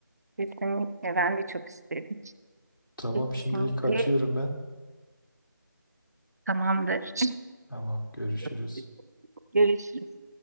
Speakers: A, on the right; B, on the left.
A: Kesinlikle ben de çok isterim.
B: Tamam,
A: Kesinlikle
B: şimdilik kaçıyorum ben.
A: tamamdır.
B: Tamam, görüşürüz.
A: <laughs> Görüşürüz.